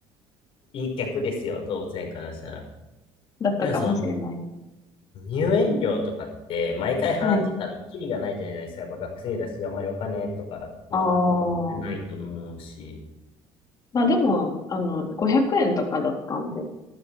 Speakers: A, on the left; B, on the left.
A: いい客ですよ、動物園からしたら。
B: だったかもしれない。
A: でもその、入園料とかって、毎回払ってたら、
B: はい。
A: キリがないじゃないですか。やっぱ学生だし、あんまりお金とかも持ってないと思うし。
B: ああ。まあでも、あの、500円とかだったんで。